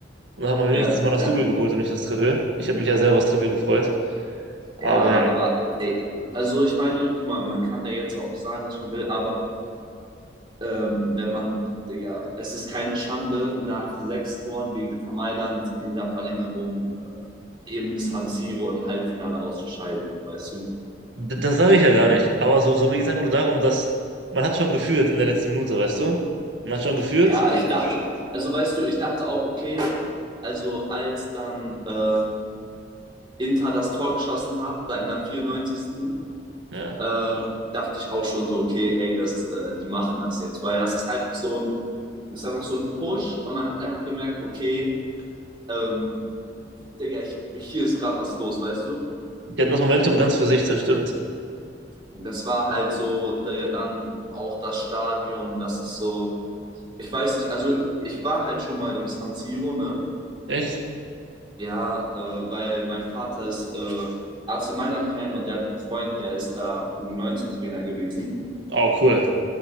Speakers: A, on the right; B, on the right.
A: Und hat man
B: ja,
A: wenigstens mal das
B: ja.
A: Double geholt und nicht das Triple. Ich habe mich ja selber über das Triple gefreut. Aber
B: Ja, aber ey, also ich meine, guck mal, man kann da jetzt auch sagen, was man will, aber ähm, wenn man, Digga, es ist keine Schande, nach sechs Toren gegen Inter Mailand in der Verlängerung im San Siro im Halbfinale auszuscheiden, so weißt du.
A: d- das sage ich ja gar nicht. Aber so, so mir geht es einfach nur darum, dass man hat schon geführt in der letzten Minute, weißt du? Man hat schon geführt.
B: Ja, ich dachte, also weißt du, ich dachte auch, okay, also als dann äh, Inter das Tor geschossen hat, da in der 94.
A: Ja.
B: Äh, dachte ich auch schon so, okay, ey, das, äh, die machen das jetzt, weil das ist einfach so ein, das ist einfach so ein Push und man hat einfach gemerkt, okay, ähm, Digga, ich, hier ist gerade was los, weißt du?
A: Die hatten das Momentum ganz für sich, das stimmt.
B: Das war halt so, Digga, dann auch das Stadion, das ist so, Ich weiß nicht, also ich war halt schon mal im San Siro, ne?
A: Echt?
B: Ja, äh, weil mein Vater ist äh, AC Mailand-Fan und der hat einen Freund, der ist da U19-Trainer gewesen.
A: Oh, cool.